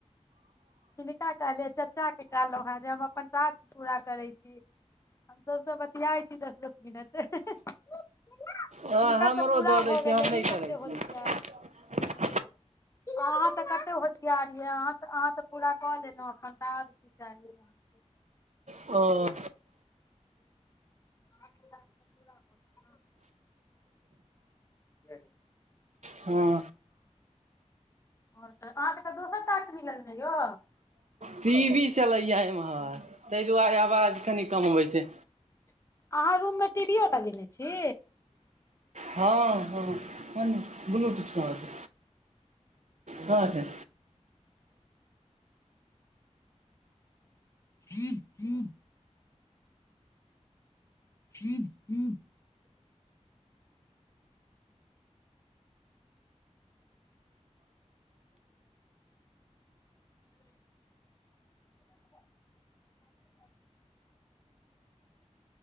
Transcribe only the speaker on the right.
हँ हमरो
दऽ दै
छै
हम नहि
करै
छियै
ओ
हँ
टी वी चलैयै एम्हर तहि दुआरे आवाज कनि कम आबै छै
हँ हँ बलूटुथ कहाँ छै कहाँ छै